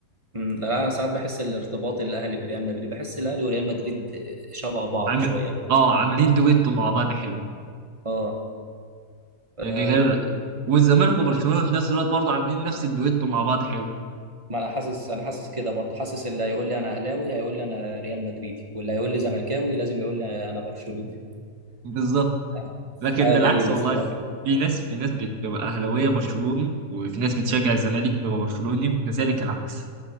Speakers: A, on the right; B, on the right.
A: مم، لا انا ساعات بحس الارتباط الاهلي بريال مدريد بحس الاهلي وريال مدريد شبه بعض
B: عامل
A: شويه
B: أه عاملين دويتو مع بعض حلو.
A: اه آه،
B: يعني غير والزمالك وبرشلونه في نفس الوقت برضه عاملين نفس الدويتو مع بعض حلو
A: ما انا حاسس انا حاسس كده برضه حاسس اللي هيقول لي انا اهلاوي هيقول لي انا ريال مدريدي واللي هيقول لي زملكاوي لازم يقول لي انا برشلوني
B: بالظبط
A: <laughs>
B: لكن
A: حاجه
B: بالعكس
A: غريبه
B: والله
A: الصراحه
B: في, في ناس في ناس بتبقى اهلاويه برشلوني وفي ناس بتشجع الزمالك بتبقى برشلوني وكذلك العكس